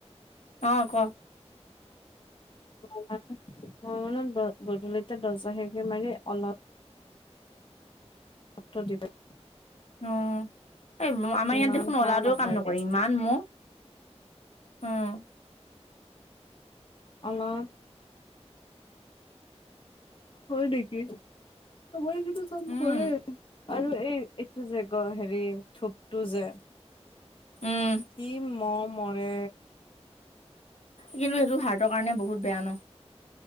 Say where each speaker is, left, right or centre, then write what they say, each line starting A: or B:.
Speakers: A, on the left; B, on the left.
A: অ ক
B: মই মানে গধূলিতে দৰ্জা খিৰিকী মাৰি অলপ সত দিগাই <unintelligible>
A: উ এই আমাৰ
B: ইমান
A: ইয়াত দেখোন
B: সেয়া
A: অ'লাটোও
B: নহয়গে
A: কাম নকৰে, ইমান মহ। অঁ।
B: অলপ হয় নেকি, আমাৰ গিতা কাম
A: উম
B: কৰে। আৰু এই এইটো যে গ হেৰি থোপটো যে
A: উম
B: কি মহ মৰে
A: কিন্তু সেইটো হাৰ্টৰ কাৰণে বহুত বেয়া ন